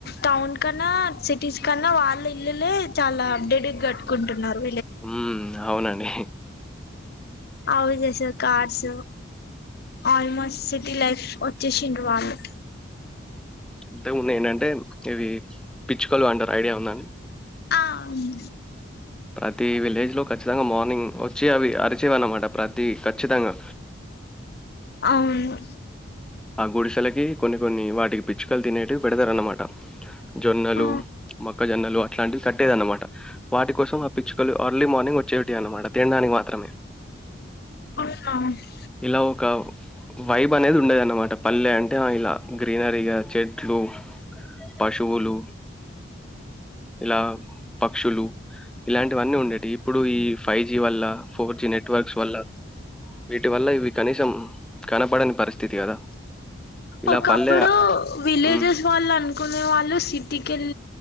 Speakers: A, on the left; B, in the centre.
A: టౌన్ కన్నా సిటీస్ కన్నా వాళ్ళ ఇల్లులే చాలా అప్డేటెడ్గా కుంటున్నారు
B: ఉ అవునండి
A: అవి చేసారు కార్స్ ఆల్మోస్ట్ సిటీ లైఫ్ వచ్చేసిండ్ర వాళ్ళు
B: అద్ద ఉన్నాయి ఏంటంటే ఇవి పిచ్చుకలు అంటారు ఐడియా ఉందని
A: ఆవును
B: ప్రతి విలేజ్ లో ఖచ్చితంగా మార్నింగ్ వచ్చి అవి అరిచేవా అన్నమాట ప్రతి ఖచ్చితంగా
A: అవును
B: ఆ గుడిసెలకి కొన్ని కొన్ని వాటికి పిచ్చుకలు తినేవి పెడతారన్నమాట జొన్నలు
A: ఆ
B: మొక్కజొన్నలు అట్లాంటివి కట్టేద అన్నమాట వాటి కోసం ఆ పిచ్చుకలు అర్లీ మార్నింగ్ చెవిటి అన్నమాట తినడానికి మాత్రమే
A: అహ
B: ఇలా ఒక వైబ్ అనేది ఉండది అన్నమాట పల్లె అంటే ఇలా గ్రీనరీగా చెట్లు పశువులు ఇలా పక్షులు ఇలాంటివన్నీ ఉండేవి ఇప్పుడు ఈ ఫైవ్ జీ వల్ల ఫోర్ జి నెట్వర్క్స్ వల్ల వీటి వల్ల ఇవి కనీసం కనపడని పరిస్థితి కదా ఇలా
A: ఒకప్పుడు
B: పల్లె
A: విలేజెస్
B: హ్మ్.
A: వాళ్ళ అనుకు అనే వాళ్ళు సిటికల్